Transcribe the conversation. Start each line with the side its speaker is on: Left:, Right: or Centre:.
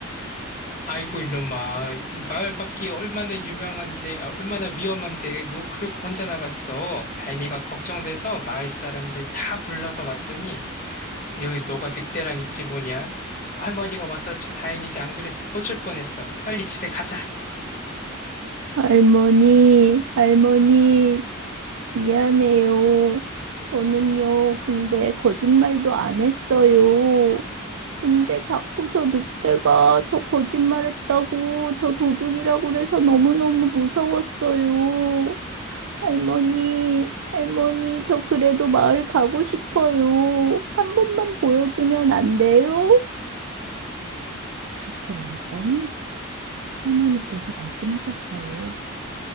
Left: 아이고 이놈아, 마을 밖이 얼마나 유명한데, 아, 얼마나 위험한데, 너 그러고 혼자 나갔어. 할미가 걱정돼서 마을 사람들 다 불러서 왔더니 여기 너가 늑대랑 있지 뭐냐? 할머니가 와서 저 다행이지 안 그랬으면 어쩔 뻔했어. 빨리 집에 가자.
Right: 할머니, 할머니, 미안해요. 저는요, 근데 거짓말도 안 했어요. 근데 자꾸 저 늑대가 저 거짓말했다고 저 도둑이라고 그래서 너무너무 무서웠어요. 할머니, 할머니, 저 그래도 마을 가고 싶어요. 한 번만 보여주면 안 돼요? 그렇게 말했더니 할머니께서 말씀하셨어요.